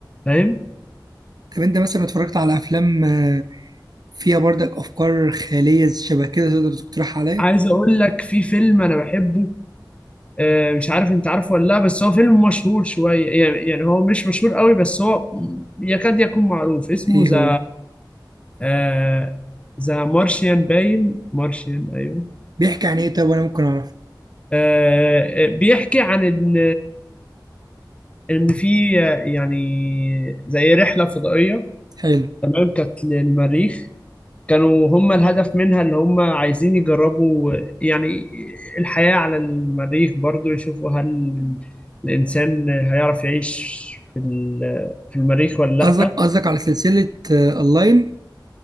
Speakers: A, on the left; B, on the right.
A: فاهم
B: طب انت مثلا اتفرجت على افلام آه، فيها برضك افكار خياليه شبه كده تقدر تقترح عليا
A: عايز اقول لك في فيلم انا بحبه آه، مش عارف انت عارفه ولا لا بس هو فيلم مشهور شويه يعني يعني هو مش مشهور قوي بس هو يكاد يكون معروف اسمه
B: ايه
A: ذا
B: هو
A: آه، ذا مارشيان باين مارشيان ايوه
B: بيحكي عن ايه طب وانا ممكن اعرفه
A: آه، آه، بيحكي عن إن ان في آه، يعني زي رحله فضائيه
B: حلو
A: تمام كانت للمريخ كانوا هم الهدف منها اللي هم عايزين يجربوا آه، يعني الحياه على المريخ برضو يشوفوا هل الانسان هيعرف يعيش في ال- في المريخ ولا
B: قصدك
A: لا
B: قصدك على سلسله اونلاين